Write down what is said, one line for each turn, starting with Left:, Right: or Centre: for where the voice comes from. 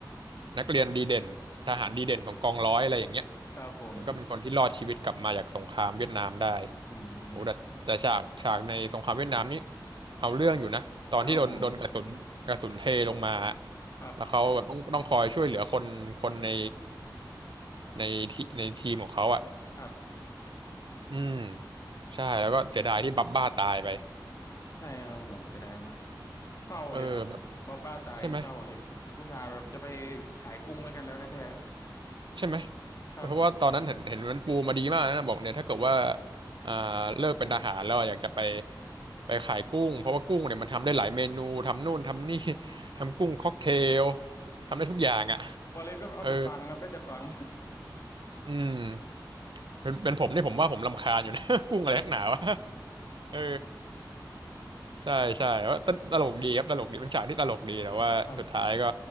Right: นักเรียนดีเด่นทหารดีเด่นของกองร้อยอะไรอย่างเงี้ย
Left: ครับผม
Right: แล้วก็เป็นคนที่รอดชีวิตกลับมาจากสงครามเวียดนามได้
Left: อืม
Right: โอ้แต่แต่ฉากฉากในสงครามเวียดนามนี่เอาเรื่องอยู่นะตอนที่โดนโดนกระสุนกระสุนเทลงมา
Left: ครับผมครับ
Right: แล้วเขาแบบต้องต้องคอยช่วยเหลือคนคนในในทีในทีมของเขาอ่ะ
Left: ครับ
Right: อืมใช่แล้วก็เสียดายที่บับบ้าตายไป
Left: ใช่ครับผมเสียดายมากเศร้าเลยครับบอบบ้าตายเศร้าเลยอุตส่าห์แบบจะไป
Right: เออแบบใช่ไหม
Left: ขายกุ้งด้วยกันแล้วแท้
Right: ใช่ไหม
Left: ๆครับ
Right: เพราะว่าตอนนั้นเห็นเห็นมันปูมาดีมากนะบอกเนี่ยถ้าเกิดว่าอ่าเลิกเป็นทหารแล้วอะอยากจะไปไปขายกุ้งเพราะว่ากุ้งเนี่ยมันทำได้หลายเมนูทำนู่นทำนี่ <laughs> ทำกุ้งค็อกเทลทำได้ทุกอย่างอ่ะ
Left: <laughs> ฟอเรสก็เอาแต่ฟังครับได้แต่ฟัง
Right: เอออืมเป็นเป็นผมนี่ผมว่าผมรำคาญอยู่นะ <laughs> กุ้งอะไรนักหนาวะ <laughs> เออ ใช่ใช่ว่าตตลกดีครับตลกดีเป็นฉากที่ตลกดีแต่ว่าสุดท้ายก็
Left: <laughs> ครับ